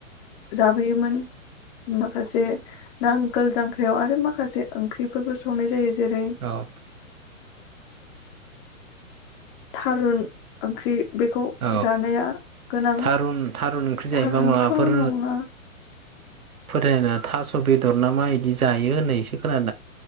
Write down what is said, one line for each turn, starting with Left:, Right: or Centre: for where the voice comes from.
Left: जाबोयोमोन माखासे नांगोल जांख्रायाव आ माखासे ओंख्रिफोरबो संनाय जायो। जेरै
Right: औ
Left: थारुन ओंख्रि बेखौ
Right: औ
Left: जानाया गोनां
Right: थारुन थारुन ओंख्रि जायोबा
Left: थारन्थ'
Right: माबाफोर
Left: नङा।
Right: फोथायना थास' बेदर ना मा इदि जायो होननायसो खोना